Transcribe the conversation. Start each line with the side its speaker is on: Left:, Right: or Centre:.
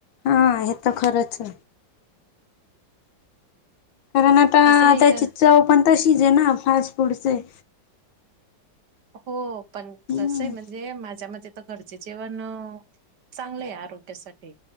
Left: हा हे तर खरचे. कारण आ आता
Right: असं नाही
Left: त्याची
Right: का
Left: चव पण तशीचे ना. फास्ट फूडचे.
Right: हो पण
Left: हम्म
Right: कसंय म्हणजे, माझ्या म तर घर जेवण चांगलंय. आरोग्यासाठी.